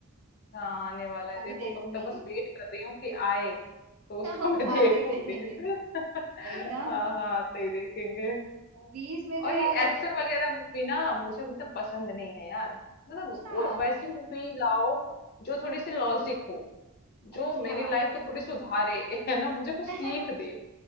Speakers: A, on the left (about 45°); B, on the right (about 85°).
A: हाँ आने वाला
B: वो
A: है देखो
B: भी देखूंगी
A: कब तक बस वेट कर रही हूँ कि आए तो
B: <laughs>
A: उसको मैं
B: आते
A: <laughs> देखूं
B: ही देखेंगे
A: फिर <laughs>
B: वही ना
A: हाँ हाँ आते ही देखेंगे
B: मूवीज में तो
A: और
B: यार
A: ये एक्शन वगैरह मूवी ना मुझे मतलब पसंद नहीं है यार मतलब
B: अच्छा
A: वो- वैसी मूवी लाओ जो थोड़ी सी लॉजिक हो जो
B: अच्छा
A: मेरी लाइफ को थोड़ी सुधारे <laughs> है ना मुझे
B: <laughs>
A: कुछ सीख दे